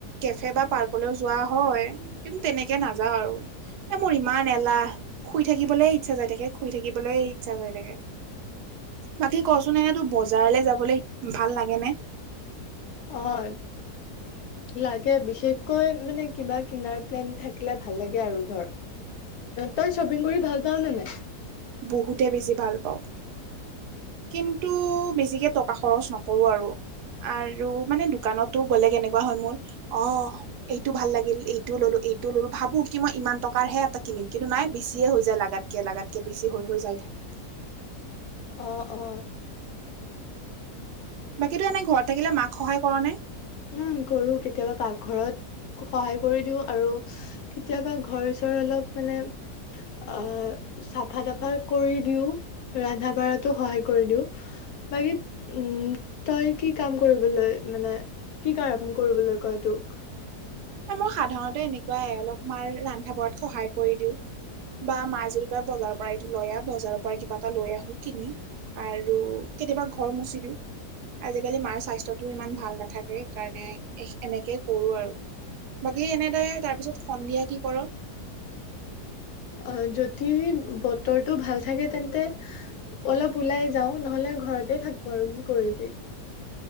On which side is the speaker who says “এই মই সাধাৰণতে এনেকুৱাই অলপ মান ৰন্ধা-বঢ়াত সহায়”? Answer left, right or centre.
Right